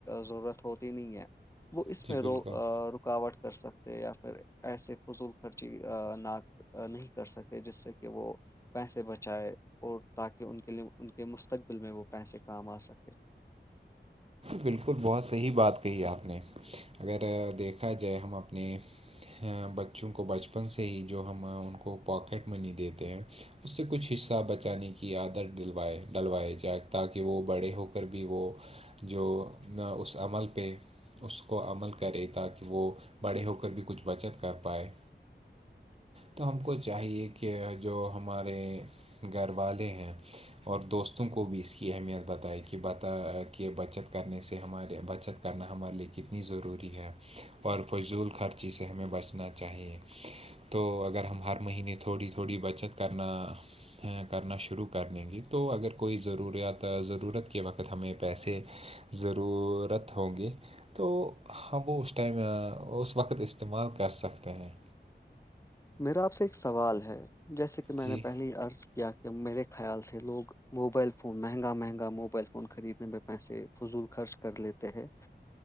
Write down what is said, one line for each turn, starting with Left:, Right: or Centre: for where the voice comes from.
Left: ضرورت ہوتی نہیں ہے وہ اس
Right: جی
Left: میں رو
Right: بالکل
Left: رکاوٹ کر سکتے یا پھر ایسے فضول خرچی نہ نہیں کر سکے جس سے کہ وہ پیسے بچائے اور تاکہ ان کے لیے ان کے مستقبل میں وہ پیسے کام آ سکے
Right: بالکل بہت صحیح بات کہی آپ نے اگر دیکھا جائے ہم اپنے بچوں کو بچپن سے ہی جو ہم ان کو پاکٹ منی دیتے ہیں اس سے کچھ حصہ بچانے کی عادت ڈلوائے ڈلوائے جائے تاکہ وہ بڑے ہو کر بھی وہ جو نہ اس عمل پہ اس کو عمل کرے تاکہ وہ بڑے ہو کر بھی کچھ بچت کر پائے تو ہم کو چاہیے کہ جو ہمارے گھر والے ہیں اور دوستوں کو بھی اس کی اہمیت بتائی کہ بتا کہ بچت کرنے سے ہمارے بچت کرنا ہمارے لیے کتنی ضروری ہے اور فضول خرچی سے ہمیں بچنا چاہیے تو اگر ہم ہر مہینے تھوڑی تھوڑی بچت کرنا کرنا شروع کر دیں گے تو اگر کوئی ضروریات ضرورت کے وقت ہمیں پیسے ضرورت ہوں گی تو ہم وہ اس ٹائم اس وقت استعمال کر سکتے ہیں
Left: میرا آپ سے ایک سوال ہے جیسے کہ میں
Right: جی
Left: نے پہلی عرض کہ میرے خیال سے لوگ موبائل فون مہنگا مہنگا موبائل خریدنے میں پیسے فضول خرچ کر لیتے ہیں